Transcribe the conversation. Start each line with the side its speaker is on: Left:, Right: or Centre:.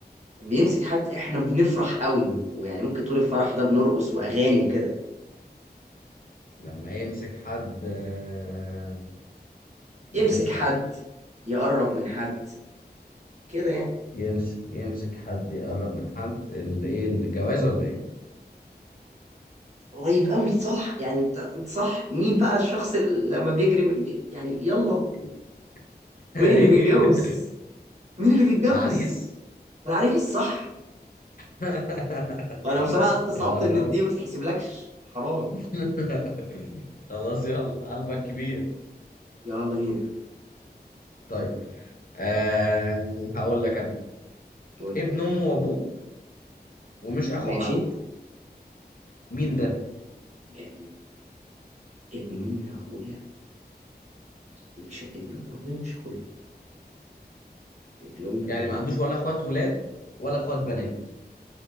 Right: بيمسك حد احنا بنفرح قوي و- ويعني ممكن تقول الفرح ده بنرقص واغاني وكده
Left: لما يمسك حد آه، بنفرح
Right: يمسك حد يقرب من حد كده يعني
Left: يمسك يمسك حد يقرب من حد ال- ايه الجواز ولا ايه؟
Right: قريب قوي صح يعني انت انت صح مين بقى الشخص اللي لما بيجري بي- يعني يلا
Left: <laughs>
Right: مين
Left: ايه
Right: اللي بيتجوز مين اللي بيتجوز
Left: العريس
Right: العريس صح
Left: <laughs>
Right: انا بصراحة استصعبت
Left: يقرب
Right: ان دي ما تتحسبلكش حرام
Left: <laughs> خلاص يلا قلبك كبير
Right: يلا بينا
Left: طيب آه هقول لك انا
Right: ودي
Left: ابن امه وابوه ومش اخو
Right: ماشي
Left: حد مين ده
Right: كان ابن امي وابويا مش ابن امي وابويا مش اخويا ابن امي
Left: يعني
Right: وابويا
Left: ما عندوش ولا اخوات ولاد ولا اخوات بنات